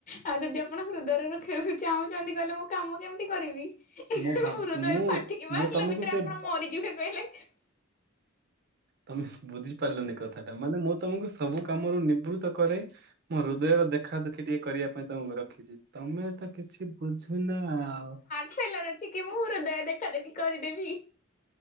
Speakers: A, on the left; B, on the right.
A: ଆଉ ଯଦି ଆପଣ ହୃଦୟରେ ର <unintelligible> ଚାହୁଁଛନ୍ତି କହିଲେ ମୁଁ କାମ କେମିତି କରିବି? ହୃଦୟ
B: ମୁଁ ଭାବ ମୁଁ
A: ଫାଟିକି ବାହାରିଲେ
B: ମୁଁ ତମକୁ
A: ଭିତରେ
B: ସେ
A: ଆପଣ ମରିଯିବେ କହିଲେ।
B: ତମେ ବୁଝିପାରିଲନି କଥା ଟା ମାନେ ମୁଁ ତମକୁ ସବୁ କାମରୁ ନିବୃତ୍ତ କରେ। ମୁଁ ହୃଦୟର ଦେଖା ଦେଖି ଟିକେ କରିବା ପାଇଁ ତମକୁ ରଖିଛି ତମେ ତା କିଛି ବୁଝୁନ ଆଉ।
A: ପିଲା ରଖିକି ମୁଁ ହୃଦୟା ଦେଖା ଦେଖି କରିଦେବି।